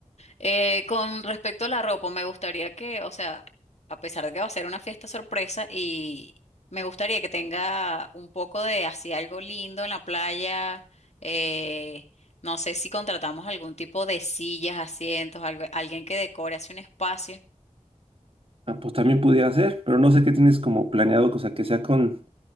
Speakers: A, on the left; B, on the right.
A: Eh, con respecto a la ropa, me gustaría que, o sea, a pesar de que va a ser una fiesta sorpresa y me gustaría que tenga un poco de así algo lindo en la playa. eh, no sé si contratamos algún tipo de sillas, asientos, algo- alguien que decore así un espacio.
B: Ah, pues también pudiera ser, pero no sé qué tienes como planeado, o sea, que sea con,